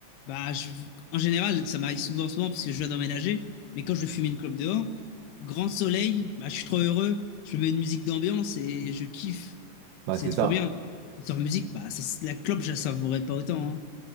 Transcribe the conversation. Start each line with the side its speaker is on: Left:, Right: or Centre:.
Left: bah, je- en général, ça m'arrive souvent, souvent parce que je viens d'emménager, mais quand je vais fumer une clope dehors, grand soleil, bah, je suis trop heureux, je mets une musique d'ambiance et je kiffe.
Right: bah,
Left: C'est
Right: c'est
Left: trop
Right: ça.
Left: bien. Et sans musique, bah, ça, la clope, je la savourais pas autant, hein.